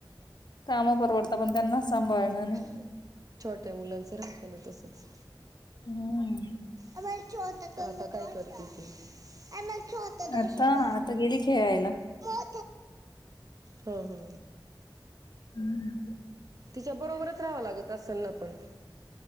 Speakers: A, on the left; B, on the right.
A: काम परवडत पण त्यांना सांभाळणं
B: आहे.
A: नाही
B: छोट्या मुलांचं राहतना तसच
A: हम्म.
B: आमारी चो तक आता काय करते तू आम छोत दोशक
A: आता आता गेली खेळायला
B: हा हा
A: हम्म
B: तिच्या बरोबरच राहावं लागत असेल ना पण